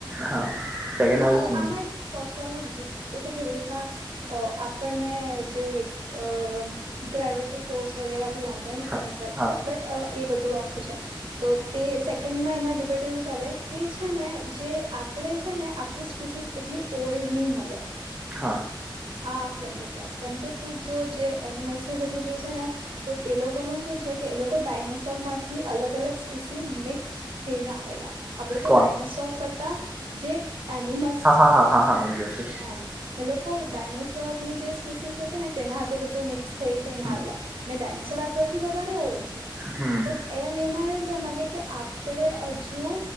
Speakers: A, on the right; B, on the right.
A: હા. સેકન્ડ
B: એમાં
A: વાળું શું
B: આમાં
A: હતું
B: એક ફર્સ્ટ વોલમાં બીજું હતું કે જેવી રીતના અ આપણને જે અ ગ્રેવિટી ફોર્સ વગેરે બી લાગે ને
A: હા
B: થિંગ્સ લાઈક
A: હા
B: દેટ બટ એ બધું આખું છે. તો તે સેકન્ડમાં એના ડિબેટ એવું ચાલે કે છે ને જે આપણે છેને આપણી સ્પીસીસ એટલી ઓલ્ડ નહી મળે.
A: હા.
B: આ પ્લેનેટ વર્ક કેમકે તું જો જે એનિમલ્સને બધું જોશે ને તો તે લોકો ન શું છે કે એ લોકો ડાયનેસોરમાંથી અલગ અલગ સ્પીસી મિક્સ થઈને આવેલા. આપણે
A: કોણ
B: તો ડાયનાસોર કરતા જે એનિમલ
A: હા હા હા હા <inaudible> છે.
B: એમ એ લોકો ડાયનેસોર ની જે સ્પેસીસ હતી ને તેના હાથે બધું મે થઈને
A: હમ
B: આવેલા ને ડાયનેસોર આપડેથી વધારે ઓલ્ડ છે.
A: હમ.
B: તો એમ એમાં એવું કે માંગે કે આપણે હજુ